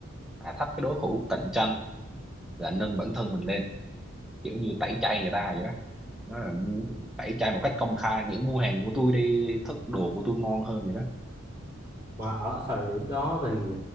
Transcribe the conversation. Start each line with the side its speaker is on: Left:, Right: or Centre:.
Centre: hạ thấp cái đối thủ cạnh tranh là nâng bản thân mình lên kiểu như tẩy chay người ta vậy đó nó là muốn tẩy chay một cách công khai nghĩa mua hàng của tôi đi thức đồ của tôi ngon hơn vậy đó
Right: mà ở thời điểm đó thì